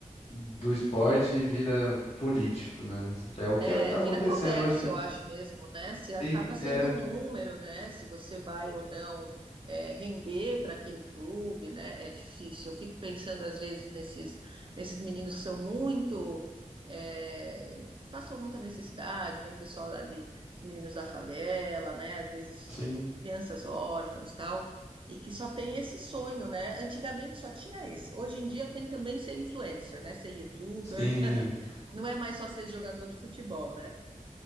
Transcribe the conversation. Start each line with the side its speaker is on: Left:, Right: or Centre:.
Left: do esporte e vira político, né? Assim, que é o que
Right: É,
Left: é que tá É,
Right: vira
Left: acontecendo
Right: comércio,
Left: hoje em
Right: eu
Left: dia.
Right: acho mesmo, né? Você acaba
Left: Sim,
Right: sendo
Left: é,
Right: um número, né? Se você vai ou não é, render para aquele clube, né? É difícil. Eu fico pensando, às vezes, nesses, nesses meninos que são muito. é, passam muita necessidade, vem o pessoal ali, os meninos da favela, né? Às vezes,
Left: sim,
Right: crianças órfãs tal, e que só tem esse sonho, né? Antigamente só tinha esse. Hoje em dia tem também ser influencer, né? Ser youtuber.
Left: sim.
Right: <laughs> não é mais só ser jogador de futebol, né?